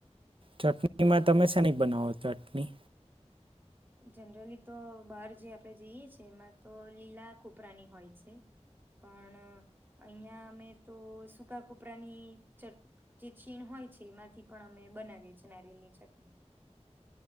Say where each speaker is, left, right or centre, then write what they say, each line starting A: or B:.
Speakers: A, on the right; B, on the right.
A: ચટની માં તમે શેની બનાવો ચટની?
B: જનરલી તો બહાર જે આપણે જઈએ છીએ એમાં તો લીલા કુપરાની હોય છે. પણ અહીંયા અમે તો સૂકા કુપરાની ચટ જે છીણ હોય છે એમાંથી પણ અમે બનાવીએ છીએ નારિયેલની ચટણી